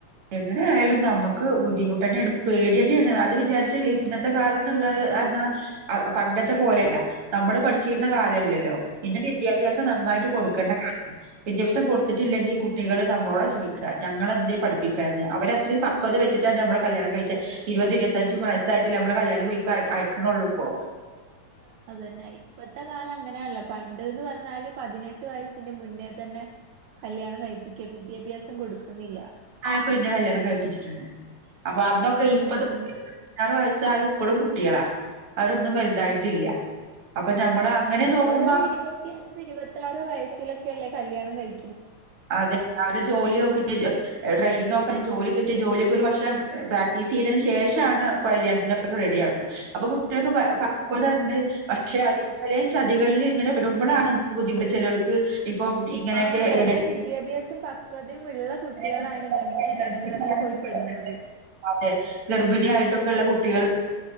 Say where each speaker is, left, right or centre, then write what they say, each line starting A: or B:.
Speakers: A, on the right (about 50°); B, on the right (about 75°).
A: എങ്ങനെ ആയാലും നമുക്ക് ബുദ്ധിമുട്ട് തന്നെയാണ് പേടി തന്നെയാണ്, അത് വിചാരിച്ച് ഇന്നത്തെ കാല ത്തുള്ളത് പറഞ്ഞ അ പണ്ടത്തെ പോലെയല്ല നമ്മള് പഠി ക്കുന്ന കാലല്ലല്ലോ
B: അതന്നെ
A: ഇന്ന് വിദ്യാഭ്യാസം നന്നായിട്ട്
B: അതന്നെ
A: കൊടുക്കേണ്ട കാല വിദ്യാഭ്യാസം കൊടുത്തിട്ടില്ലെങ്കിൽ കുട്ടികള് നമ്മോട്. ചോദിക്ക ഞങ്ങളെന്നെ പഠിപ്പിക്കാരുന്നു അവരത്രയും പവത് വെച്ചിട്ടാണ് നമ്മള് കല്യാണം കഴിച്ച ഇരുപത് ഇരു ത്തഞ്ച് വസ്സായിട്ട നമ്മുടെ കല്യാണം ഇപ്പ അയക്കനുള്ളൂപ്പോ
B: അതന്നെ ഇപ്പത്തെ കാലം അങ്ങനെയാണല്ലോ പണ്ട് ണ്ട്ന്ന് പർഞ്ഞാല് പതിനെട്ട് വയസ്സിന്റെ മുന്നേ തന്നെ കല്യാണം കഴിപ്പിക്കുക വിദ്യാഭ്യാസം കൊടുക്കുന്നില്ല
A: ആയപ്പോ എന്നെ കല്യാണം കഴിപ്പിച്ചിട്ടുണ്ട് അപ്പൊ അന്നൊക്കെ ഇപ്പ
B: ആഹ്
A: <unintelligible>
B: ആഹ്
A: ച്ചാലും പ്പളും കുട്ട്യേളാ അവരൊന്നും വലുതായിട്ടില്ല അപ്പൊ ഞമ്മള് അങ്ങനെ
B: ഇപ്പോയൊര്
A: നോക്കുമ്പോ
B: ഇരുപത്തിയഞ്ച് ഇരുപത്തി ആറ് വയസ്സിലൊക്കെ ഒക്കല്ലെ കല്യാണം കഴി
A: അതെ അവര് ജോലിനോക്കിട്ട് <unintelligible> നോക് ജോലി കിട്ടി ജോലിയൊക്കെ ഒരു വർഷം പ്രാക്ടീസ് ചെയ്തതിന് ശേഷാണ് പല്യാൺത്തിനൊക്കെ റെഡി ആവ്ണെ അപ്പ കുട് ട്ട്യേക്ക് പ പക്വതുണ്ട്
B: അതന്നെ
A: പക്ഷെ അത് ഇവലെ ചതികളിൽ ഇങ്ങനെ വടുമ്പളാണ് നമുക്ക് ബുദ്ധിമുട്ട ചെലോൽക്ക് ഇപ്പം ഇങ്ങനെയൊക്കെ
B: ആഹ് നല്ല
A: ഏ
B: വിദ്യാഭ്യാസം പക്വതിം ഉള്ള കുട്ടികളാണ്
A: കുട്ടികളൊക്കെ
B: ഇങ്ങനത്തെ എടങ്ങേർല് പോയി പെടുന്നത്
A: ട്ടായിട്ടൊക്കെള്ള കുട്ട്യേൾ